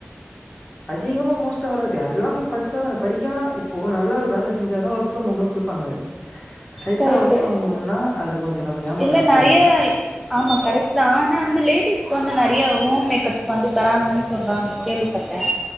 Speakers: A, on the left; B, in the centre.
A: அதிகமா மோஸ்ட்டா வராது அதுக்கெலா போய் பச்சாதான படிக்கா இப்போ நல்லா ஒரு வேல செஞ்சாதா ஒர்க் ஃப்ரம் ஹோமே குடுப்பாங்க சைட்டா
B: கரெக்ட்டு
A: ஒர்க் ஃப்ரம் ஹோம்னா அதுல கொஞ்சோ நம்மளுக்கு ஏமாற்றம்
B: இல்ல நெறைய
A: தா இருக்கு
B: ஆமா கரெக்ட்தா ஆனா வந்து லேடிஸ் க்கு வந்து நெறைய ஹோம் மேக்கர்ஸ்க்கு வந்து தராங்கன் சொல்றாங்க கேள்விப்பட்ட